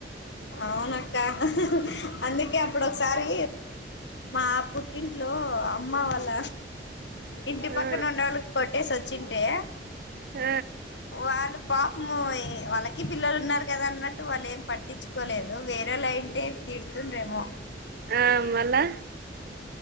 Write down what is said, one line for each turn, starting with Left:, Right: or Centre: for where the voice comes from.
Left: అవునక్క అందుకే అప్పుడు ఒకసారి మా పుట్టి ఇంట్లో అమ్మ వాళ్ళ ఇంటి
Right: ఆ
Left: పక్కన ఉన్న వాళ్ళకి కొట్టేసి వచ్చింటే
Right: మ్
Left: వాళ్ళు పాపము వాళ్ళకి పిల్లలు ఉన్నారు కదా అన్నట్టు వాళ్ళు ఏం పట్టించు కోలేదు వేరేళైంతే తీడుతుండ్రేమో
Right: ఆ మళ్ళా